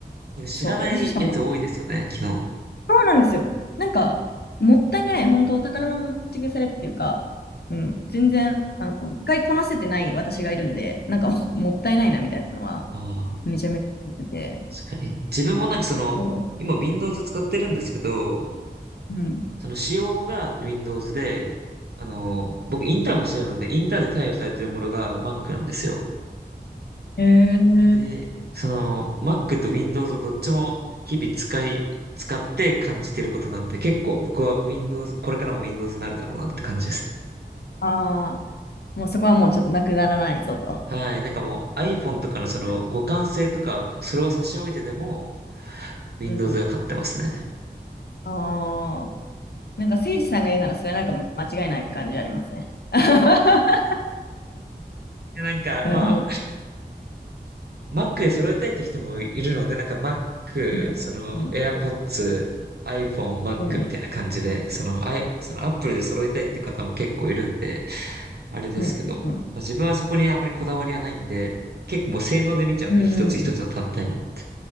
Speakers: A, on the right (about 65°); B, on the left (about 70°).
A: なんか知らないやつ多いですよね、
B: そう、私しかも
A: 昨日。
B: そうなんですよ。なんか、もったいない、本当宝の持ち腐れっていうか、うん、全然、あの、一回こなせてない私がいるんで、なんか、<laughs>
A: はい
B: もったいないなみたいなのは、
A: ああ、
B: めちゃめちゃ思ってて、
A: 確かに。自分もなんかその、
B: そ
A: 今 Windows 使ってるんですけど、
B: う、うん。
A: その仕様が Windows で、あの、僕インターンもしてるので、インターンで対応されてるものが Mac なんですよ。
B: へえ。
A: で、その Mac と Windows をどっちも日々使い、使って感じてることなんで、結構僕は Windows、これからも Windows になるだろうなって感じですね。
B: ああ、もうそこはもうちょっとなくならないぞと。
A: はい。なんかもう iPhone とかのその互換性とか、
B: う
A: それを差し置いてでも
B: ん
A: Windows
B: うん
A: が勝ってますね。
B: ああ、なんかせいじさんが言うならそれはなんか間違いない感じありますね。<laughs>
A: いや、なんか、
B: なるほど。
A: ま Mac で揃えたいって人もいるので、なんか Mac、
B: うんうん
A: その AirPods、iPhone、Mac
B: うん
A: みたいな感じで、その、I、その Apple で揃えたいって方も結構いるんで、あれですけど、
B: うんうんうん
A: まあ、自分はそこにあまりこだわりはないんで、結構もう性能で見ちゃうんで、
B: うんうんうんうんうん
A: 一つ一つの単体の。